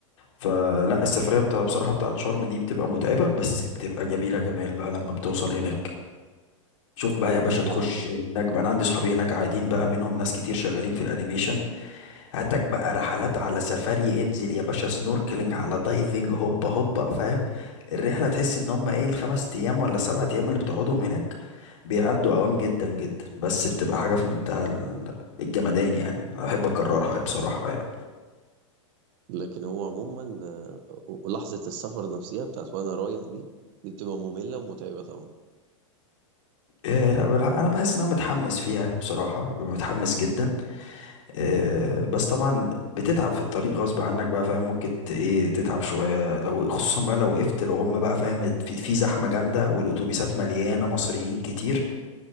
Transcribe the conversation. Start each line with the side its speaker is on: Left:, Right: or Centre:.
Left: فلا السفرية بتا... بصراحة بتاعت شرم دي بتبقى متعبة بس بتبقى جميلة جمال بقى لما بتوصل هناك شوف بقى يا باشا
Right: ما هو
Left: تخش هناك بقى انا عندي صحابي هناك قاعدين بقى منهم ناس كتير شغالين في الانيميشن هاتك بقى رحلات على سفاري انزل يا باشا سنوركلينج على دايفنج هوبا هوبا فاهم الرحلة تحس ان هم ايه الخمس ايام ولا سبعة ايام اللي بتقعدهم هناك بيعدوا اوام جدا جدا بس بتبقى حاجة في منتهى ال- الجمدان يعني انا بحب اكررها بصراحة يعني
Right: لكن هو عموما آه، ولحظة السفر نفسها بتاعت وانا رايح دي دي بتبقى مملة ومتعبة طبعا
Left: إيه لا بلا انا بحس ان انا متحمس فيها بصراحة ببقى متحمس جدا آه، بس طبعا بتتعب في الطريق غصب عنك بقى فاهم ممكن ت- ايه تتعب شوية لو خصوصا بقى لو وقفت لو هم بقى فاهم في, في زحمة جامدة والاتوبيسات مليانة مصريين كتير